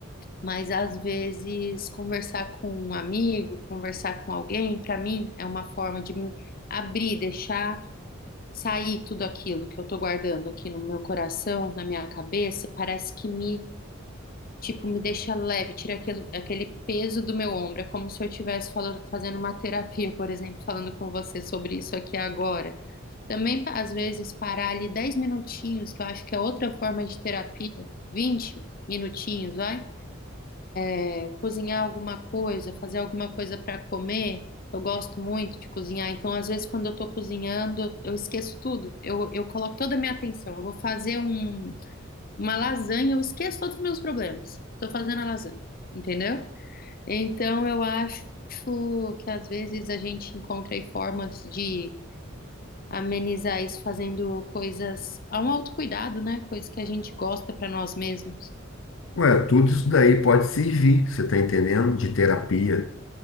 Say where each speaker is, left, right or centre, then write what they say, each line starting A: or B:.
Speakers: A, on the left; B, on the left.
A: mas às vezes conversar com um amigo, conversar com alguém, para mim é uma forma de me abrir, deixar sair tudo aquilo que eu tô guardando aqui no meu coração, na minha cabeça, parece que me Tipo, me deixa leve, tira aquele, aquele peso do meu ombro. É como se eu estivesse fala- fazendo uma terapia, por exemplo, falando com você sobre isso aqui agora. Também, pa- às vezes, parar ali 10 minutinhos, que eu acho que é outra forma de terapia, Vinte minutinhos, vai? É, cozinhar alguma coisa, fazer alguma coisa para comer. Eu gosto muito de cozinhar, então, às vezes, quando eu tô cozinhando, eu esqueço tudo. Eu, eu coloco toda a minha atenção. Eu vou fazer um. Uma lasanha, eu esqueço todos os meus problemas. Tô fazendo a lasanha, entendeu? Então eu acho que às vezes a gente encontra aí formas de amenizar isso fazendo coisas, há um autocuidado, né? Coisas que a gente gosta para nós mesmos.
B: Ué, tudo isso daí pode servir, você está entendendo? De terapia.